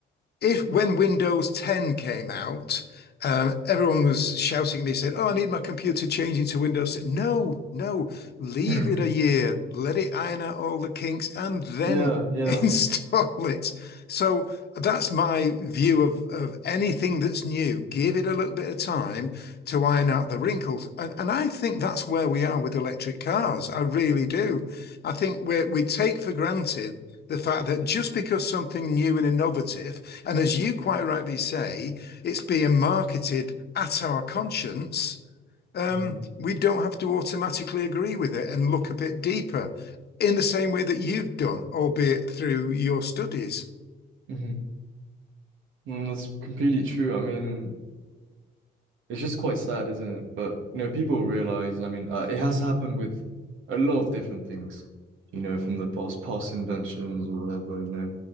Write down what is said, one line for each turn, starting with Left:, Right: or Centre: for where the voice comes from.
Left: if when Windows 10 came out, um, everyone was shouting at me, saying, "Oh, I need my computer changing to Windows 10." No, no, leave
Right: <laughs>
Left: it a year, let it iron out all the kinks, and then
Right: Yeah,
Left: <laughs>
Right: yeah.
Left: install it. So that's my view of of anything that's new. Give it a little bit of time to iron out the wrinkles, and and I think that's where we are with electric cars. I really do. I think we we take for granted the fact that just because something new and innovative and as you quite rightly say, it's being marketed at our conscience. Um,
Right: hmm
Left: we don't have to automatically agree with it and look a bit deeper in the same way that you've done, albeit through your studies.
Right: hmm Mm, that's completely true. I mean, it's just quite sad, isn't it? But you know, people realize, I mean, uh, it has happened with a lot of different things, you know, from the past, past inventions or whatever, you know.